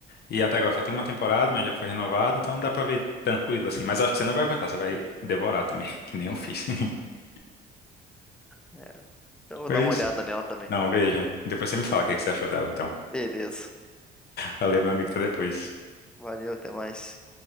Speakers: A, on the left; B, in the centre.
A: E até agora só tem uma temporada, mas já foi renovada, então dá pra ver tranquilo, assim. Mas eu acho que você não vai aguentar, você vai devorar também, <laughs> que nem eu fiz. <laughs>
B: Uhum. Eu vou
A: Foi
B: dar uma
A: isso.
B: olhada nela também.
A: Não, veja. Depois você me fala o que que você achou dela, então.
B: Beleza.
A: Valeu, meu amigo, até depois.
B: Valeu, até mais.